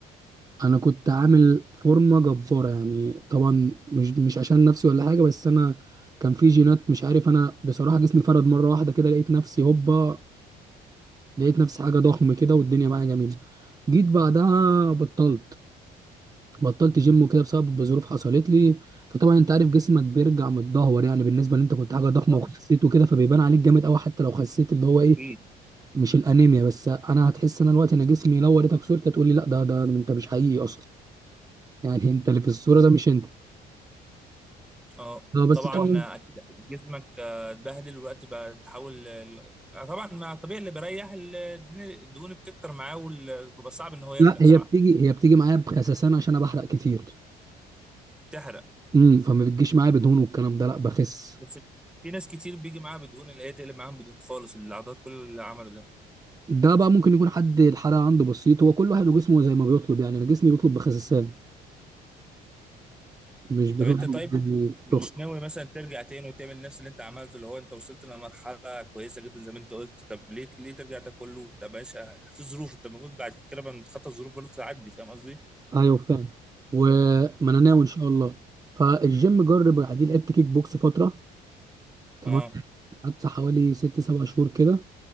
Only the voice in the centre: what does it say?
اه
اكيد
اه
طبعا
آه، اكيد جسمك آه، اتبهدل والوقت بقى تحاول ال- آه، طبعا ما طبيعي اللي بيريح ال- الدهون بتكتر معاه وبيبقى صعب ان هو يرجع
صح
بتحرق
بس في ناس كتير بيجي معاها بدهون اللي هي تقلب معاهم بدهون خالص العضلات كل اللي عمله ده
طب انت طيب مش
ناوي مثلا ترجع تاني وتعمل نفس اللي انت عملته اللي هو انت وصلت لمرحله كويسه جدا زي ما انت قلت طب ليه ليه ترجع ده كله طب ماشي في ظروف انت المفروض بعد كده لما تتخطى الظروف برضه تعدي فاهم قصدي؟
اه